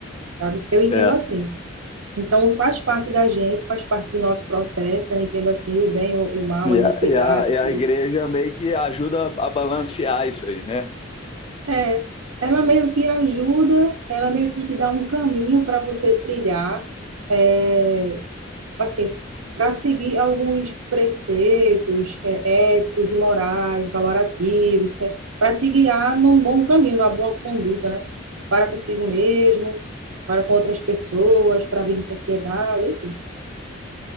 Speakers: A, on the right; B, on the left.
A: sabe? Eu entendo
B: é.
A: assim. Então, faz parte da gente, faz parte do nosso processo, eu entendo assim, o bem, o, o mal, a
B: E
A: iniquidade,
B: a, e a, e
A: tudo.
B: a igreja meio que ajuda a, a balancear isso aí, né?
A: É, ela meio que ajuda, ela meio que te dá um caminho para você trilhar, é, assim, para seguir alguns preceitos, é, éticos e morais, valorativos, né? Para te guiar num bom caminho, numa boa conduta, né? Para consigo mesmo, para com outras pessoas, para vir em sociedade, enfim,